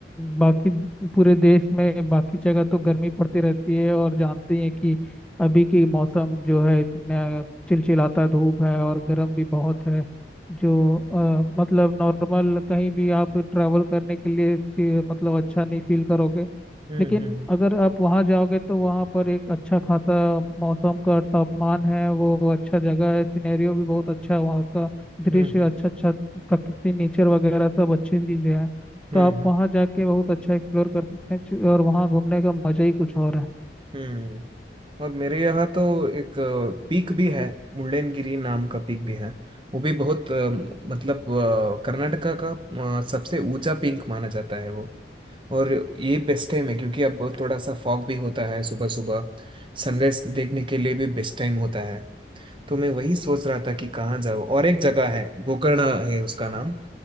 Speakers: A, in the centre; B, on the right.
A: बाकी पूरे देश में बाकी जगह तो गर्मी पड़ती रहती है और जानते ही हैं कि अभी की मौसम जो है इतना चिलचिलाता धूप है और गर्म भी बहुत है जो अ, मतलब नॉर्मल कहीं भी आप ट्रैवल करने के लिए से- मतलब अच्छा नहीं फील करोगे
B: हम्म
A: लेकिन
B: हम्म
A: अगर आप वहाँ जाओगे तो वहाँ पर एक अच्छा खासा मौसम का तापमान है वो अच्छा जगह है सिनेरियो भी बहुत अच्छा है वहाँ का दृश्य
B: हम्म हम्म
A: अच्छा अच्छा प्रकृति नेचर वगैरह सब अच्छी चीजें हैं
B: हम्म
A: तो आप वहाँ जाके बहुत अच्छा एक्सप्लोर कर सकते हैं चीज़- और वहाँ घूमने का मजा ही कुछ और है
B: हम्म हम्म। और मेरे यहाँ तो एक पीक भी है मुल्लेनगिरी नाम का पीक भी है वो भी बहुत अ, मतलब अ, कर्नाटका का अ, सबसे ऊंचा पीक माना जाता है वो और ये बेस्ट टाइम है क्योंकि अब थोड़ा सा फॉग भी होता है सुबह सुबह सनराइज देखने के लिए भी बेस्ट टाइम होता है तो मैं वही सोच रहा था कि कहाँ जाऊँ और एक जगह है गोकर्ण है उसका नाम